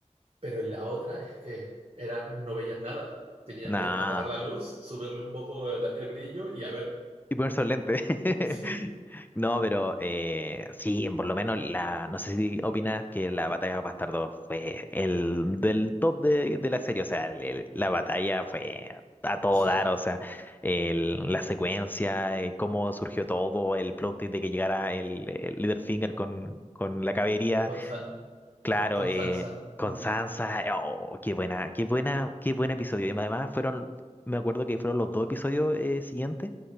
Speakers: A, on the right; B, on the left.
A: Pero en la otra es que era, no veías nada. Tenías
B: Nada.
A: que apagar la luz, subirle un poco el, el brillo y a ver.
B: Y ponerse los lentes. <laughs>
A: <laughs> Sí,
B: No, pero eh, sí, por lo menos la, no sé si opinas que la batalla de Bastardo fue el del top de, de la serie, o sea, el- el- la batalla fue a todo
A: sí,
B: dar, o sea, el- la secuencia, eh, cómo surgió todo, el plot twist de que llegara el, el Littlefinger con, con la caballería.
A: con, San,
B: Claro,
A: con
B: eh,
A: Sansa.
B: con
A: Mm,
B: Sansa, oh, qué buena, qué buena, qué buen episodio. Y además fueron, me acuerdo que fueron los dos episodios eh, siguientes